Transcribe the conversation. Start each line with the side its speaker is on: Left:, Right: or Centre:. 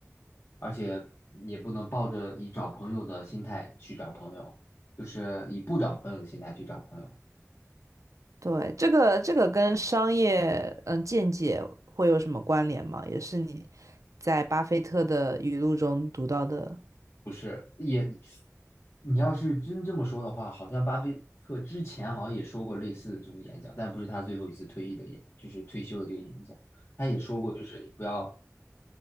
Left: 而且也不能抱着以找朋友的心态去找朋友，就是以不找朋友的心态去找朋友，
Right: 对，这个这个跟商业嗯见解会有什么关联吗？也是你在巴菲特的语录中读到的
Left: 不是？也，你要是真这么说的话，好像巴菲特之前好像也说过类似的这种演讲，但不是他最后一次退役的演，就是退休的这个演讲，他也说过，就是你不要